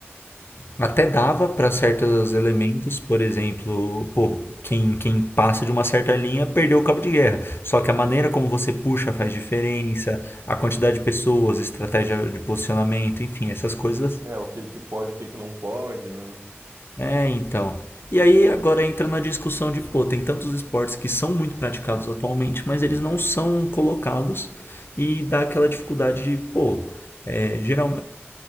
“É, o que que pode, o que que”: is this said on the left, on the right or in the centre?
Right